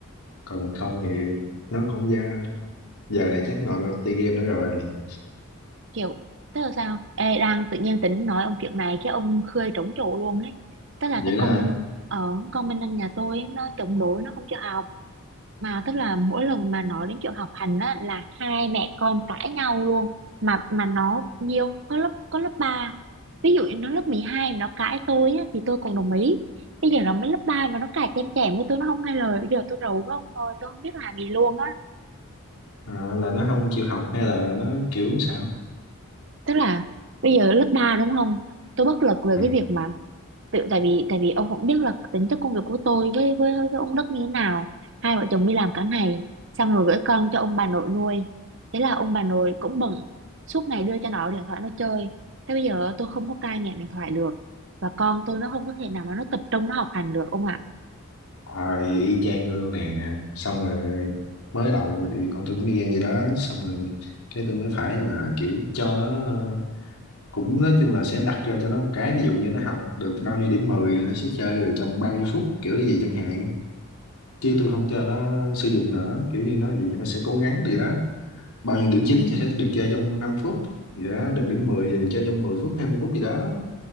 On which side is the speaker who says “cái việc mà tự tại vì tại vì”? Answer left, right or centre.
Right